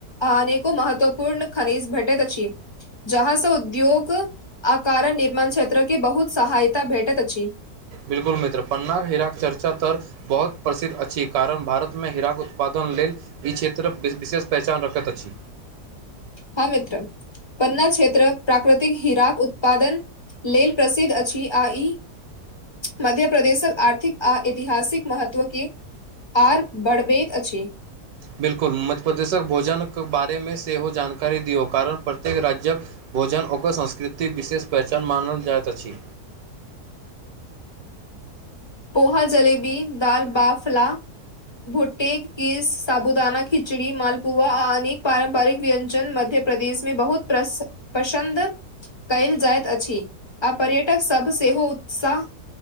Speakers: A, on the left (about 35°); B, on the right (about 75°).
A: अनेको महत्वपूर्ण खनिज भेटैत अछि। जहाँ से उद्योग आ कारण निर्माण क्षेत्र के बहुत सहायता भेटैत अछि।
B: बिलकुल मित्र! पन्नााक, हिरााक चर्चा तर बहुत प्रसिद्ध अछि, कारण भारतमे हीराक उत्पादन लेल ई क्षेत्र विशेष पहचान रखत अछि।
A: हँ मित्र! पन्ना क्षेत्र प्राकृतिक हिरााक उत्पादन लेल प्रसिद्ध अछि आ ई मध्य प्रदेशक आर्थिक आ ऐतिहासिक महत्व के आर बढ़बैत अछि।
B: बिलकुल, मध्य प्रदेशक भोजन के बारेमे सेहो जानकारी दियौ कारण प्रत्येक राज्यक भोजन ओकर संस्कृतिक विशेष पहचान मानल जाइत अछि।
A: पोहा जलेबी, दाल बाफला भुटटे, किस, साबुदाना खिचड़ी, मालपुआ आ अनेक पारम्परिक व्यञ्जन मध्य प्रदेशमे बहुत प्रस पसन्द कयल जाइत अछि आ पर्यटक सभ सेहो उत्साह